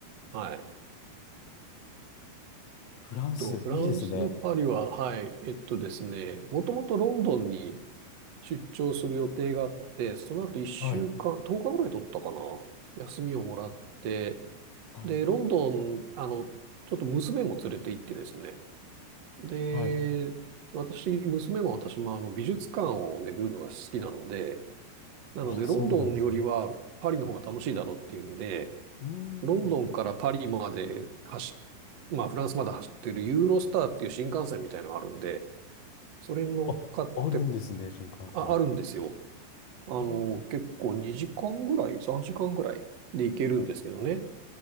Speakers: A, on the right (about 60°); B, on the left (about 80°).
A: はい。
B: フランス、
A: と、フランスのパリは、
B: いいですね。
A: はい、えっとですね、もともとロンドンに出張する予定があって、その後1週間、
B: はい。
A: 10日ぐらい取ったかな。休みをもらって、
B: はい。
A: で、ロンドン、あの、ちょっと娘も連れて行ってですね。で、
B: はい。
A: 私、娘も私もあの美術館を巡るのが好きなので、なのでロンドンよりはパリの方が楽しいだろうっていうんで、
B: あ、そうなんですね。うー
A: ロンドンからパリまで走
B: ん。
A: っ、まあフランスまで走ってるユーロスターっていう新幹線みたいのがあるんで、それに乗っかって、
B: あ、あるんですね、新幹線。
A: あ、あるんですよ。
B: はい。
A: あの、結構2時間ぐらい、3時間ぐらいで行けるんですけどね。